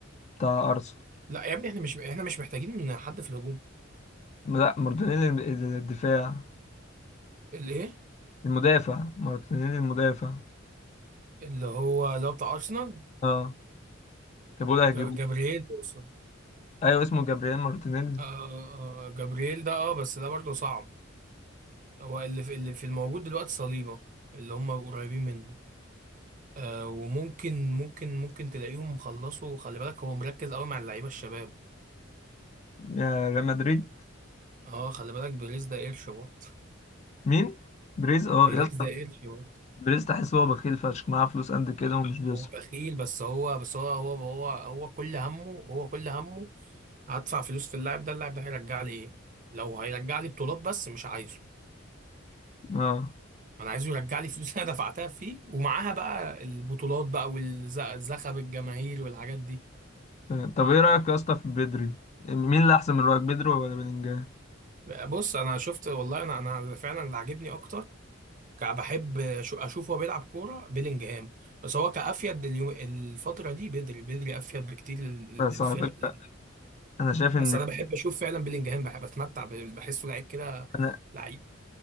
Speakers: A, on the left (about 35°); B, on the right (about 40°).
A: بتاع ارسنال
B: لا يا ابني احنا مش احنا مش محتاجين حد في الهجوم
A: لا مارتينيلي الم- الدفاع
B: اللي ايه
A: المدافع مارتينيلي المدافع
B: اللي هو اللي هو بتاع ارسنال
A: اه جابوا له
B: جا-
A: هيجيبوه
B: جابرييل تقصد
A: ايوه اسمه جابرييل مارتينيلي
B: آه آه جابرييل ده اه بس ده برضه صعب هو اللي في اللي في الموجود دلوقتي صليبه اللي هم قريبين منه آه وممكن ممكن ممكن تلاقيهم خلصوا خلي بالك هو مركز قوي مع اللعيبه الشباب
A: يا ريال مدريد
B: اه خلي بالك بيريز ده قرش برضه
A: مين بريز اه
B: بيريز
A: يا اسطى
B: ده قرش برضه
A: بريز تحس هو بخيل فشخ معاه فلوس قد كده
B: لا،
A: ومش بيصرف
B: هو بخيل بس هو بس هو هو هو هو كل همه هو كل همه هدفع فلوس في اللاعب ده اللاعب ده هيرجع لي ايه لو هيرجع لي بطولات بس مش عايزه
A: اه
B: انا عايزه يرجع لي فلوس <laughs> انا دفعتها فيه ومعاها بقى البطولات بقى والزخب الجماهير والحاجات دي
A: آه. طب ايه رايك يا اسطى في بدري مين اللي احسن من رايك بدري ولا بلينجهام
B: بص انا شفت والله انا انا فعلا اللي عاجبني اكتر ك- بحب شو- اشوفه هو بيلعب كوره بيلينجهام بس هو كافيد اليوم الفتره دي بدري بدري افيد بكتير لل-
A: بس
B: للفرق
A: على فكره انا شايف ان
B: بس انا بحب اشوف فعلا بيلينجهام بحب اتمتع ب- بحسه لعيب كده
A: انا
B: لعيب